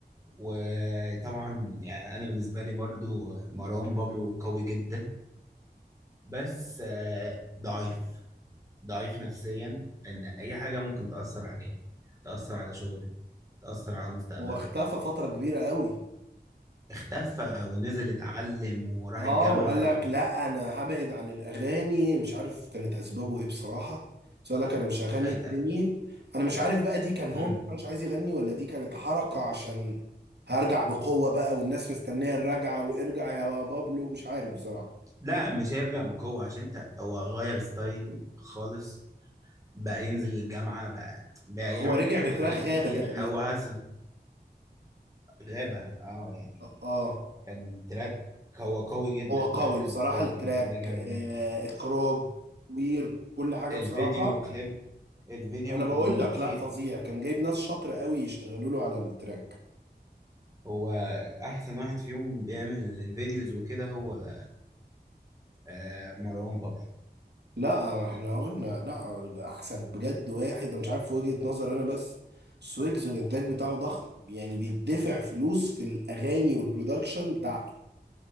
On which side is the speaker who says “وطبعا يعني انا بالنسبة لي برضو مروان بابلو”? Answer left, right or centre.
Right